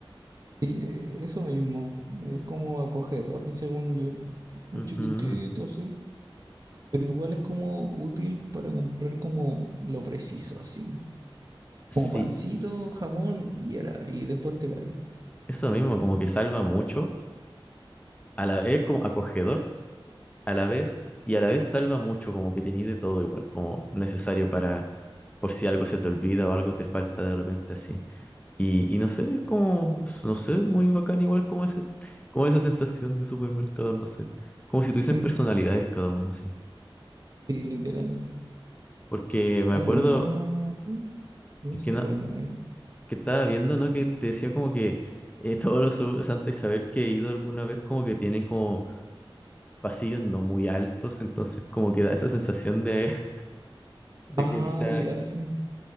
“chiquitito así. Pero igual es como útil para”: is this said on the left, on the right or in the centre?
Right